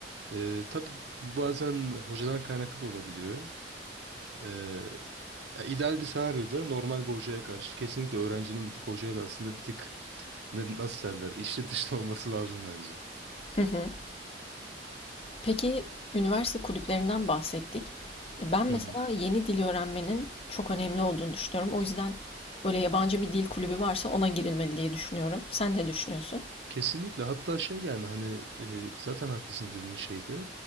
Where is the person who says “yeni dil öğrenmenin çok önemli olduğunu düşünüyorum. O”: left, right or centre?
Left